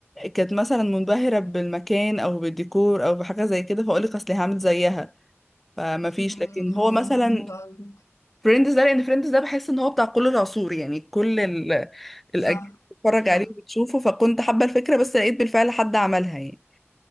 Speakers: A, in the centre; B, on the left (about 80°).
A: كانت مثلا منبهرة بالمكان أو بالديكور أو بحاجة زي كده فأقولك أصل هعمل زيها فما فيش
B: <laughs>
A: لكن هو مثلا فريندز ده لان فريندز ده بحس ان هو بتاع كل العصور يعني كل ال- الاجيال
B: صح
A: بتتفرج
B: صح
A: عليه وبتشوفه فكنت حابه الفكره بس لقيت بالفعل حد عملها يعني